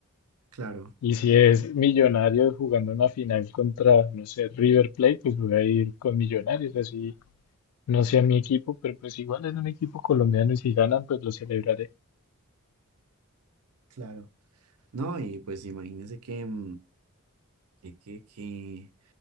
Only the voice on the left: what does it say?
y si es Millonarios jugando una final contra, no sé, River Plate, pues voy a ir con Millonarios, así no sea mi equipo, pero pues igual es un equipo colombiano y si ganan, pues lo celebraré.